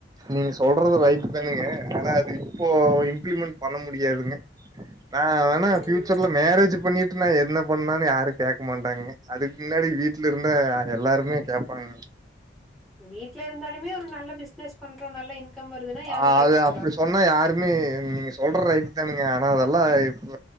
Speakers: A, on the right; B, in the centre.
A: நீங்க சொல்றது ரைட் தானுங்க ஆனா இது இப்போ இம்ப்ளிமெண்ட் பண்ண முடியாதுங்க நா வேணா
B: ம்
A: ஃபியூச்சர்ல
B: ம்
A: மேரேஜ் பண்ணிட்டு நா என்ன பண்ணனாலு யாரு கேக்க மாட்டாங்க அதுக்கு முன்னாடி வீட்ல இருந்தா எல்லாருமே கேப்பாங்க
B: வீட்ல இருந்தாலுமே ஒரு நல்ல பிஸ்னனஸ் பண்றோ நல்ல இன்கம் வருதுன்னா யாரு
A: ஆ
B: கேக்க
A: அது
B: போறா
A: அப்டி சொன்னா யாருமே நீங்க சொல்றது ரைட்டு தானுங்க ஆனா அதெல்லா இப்ப